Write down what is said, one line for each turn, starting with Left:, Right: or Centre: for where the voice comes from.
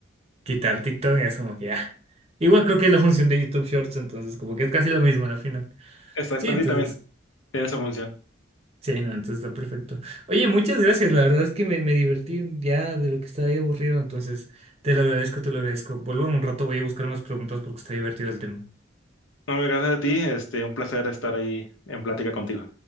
Right: quitar TikTok es como que, ah, igual creo que es la función de YouTube Shorts, entonces como que es casi lo mismo al final.
Left: Exactamente,
Right: Sí, entonces.
Left: sí, también tiene esa función.
Right: Sí, no, entonces está perfecto. Oye, muchas gracias, la verdad es que me, me divertí ya de lo que estaba ahí aburrido, entonces te lo agradezco, te lo agradezco. Vuelvo en un rato, voy a buscar unas preguntas porque está divertido el tema.
Left: No, gracias a ti, este, un placer estar ahí en plática contigo.